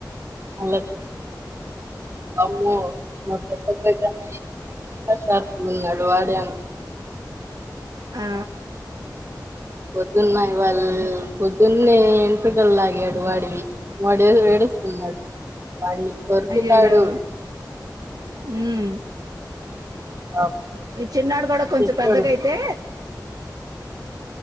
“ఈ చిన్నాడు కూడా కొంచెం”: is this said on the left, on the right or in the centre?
Right